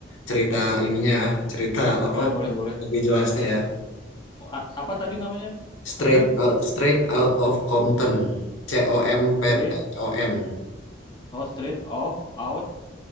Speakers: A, on the left; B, on the left.
A: cerita ininya ya, cerita
B: Boleh,
A: apa
B: boleh, boleh.
A: lebih jelasnya ya.
B: A- Apa tadi namanya keadilan?
A: Straight out, Straight Out of Compton. C O M P
B: Street,
A: T O N.
B: oh street of out,